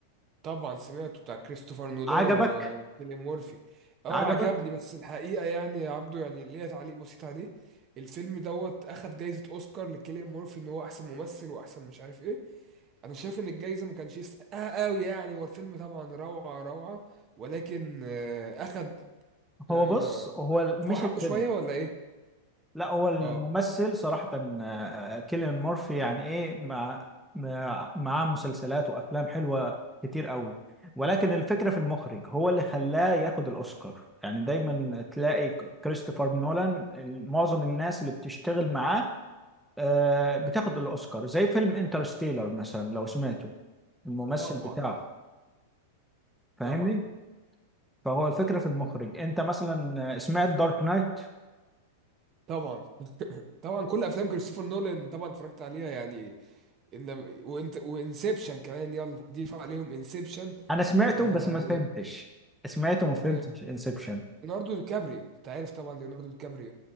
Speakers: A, on the right; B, in the centre.
A: طبعا سمعته بتاع كريستوفر نولان
B: عجبك
A: وكيليان مورفي اه
B: عجبك
A: عجبني بس الحقيقه يعني يا عبدو يعني ليا تعليق بسيط عليه الفيلم دوت اخد جايزه اوسكار لكيليان مورفي ان هو احسن ممثل واحسن مش عارف ايه انا شايف ان الجايزه ما كانش يستحقها قوي يعني هو الفيلم طبعا روعه روعه ولكن آه، اخد
B: <laughs>
A: آه،
B: هو بص هو مش
A: فوق حقه
B: الفيلم
A: شويه ولا ايه
B: لا هو الممثل
A: اه
B: صراحة آه، كيليان مورفي يعني ايه مع مع- معاه مسلسلات وافلام حلوة كتير قوي ولكن الفكرة في المخرج هو اللي خلاه ياخد الاوسكار يعني دايما تلاقي كريستوفر نولان معظم الناس اللي بتشتغل معاه آه، بتاخد الاوسكار زي فيلم انترستيلر مثلا لو سمعته الممثل
A: طبعا
B: بتاعه فاهمني
A: طبعا
B: فهو الفكرة في المخرج انت مثلا آه، سمعت دارك نايت
A: طبعا طبعا كل افلام كريستوفر نولان طبعا اتفرجت عليها يعني إن وإنت... وانسبشن كمان يلا ضيف عليهم انسبشن
B: انا سمعته
A: آه...
B: بس ما فهمتش سمعته ما فهمتش
A: لي-
B: انسبشن
A: ليوناردو دي كابريو انت عارف طبعا ليوناردو دي كابريو